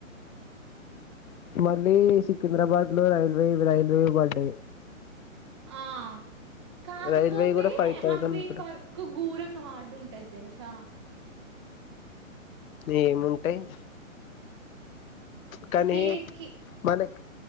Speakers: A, on the left; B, on the right.
A: మళ్ళీ సికింద్రాబాద్ లో రైల్వేవ్ రైల్వేవి పడ్డయి
B: ఆ కాకపోతే
A: రైల్వే కూడా ఫైవ్ థౌజండ్
B: అవి
A: అనుకుంట
B: వర్క్ ఒక ఘోరంగ హార్డు ఉంటద్ తెలుసా
A: ఏముంటయ్ కానీ
B: గేట్ కి
A: మనక్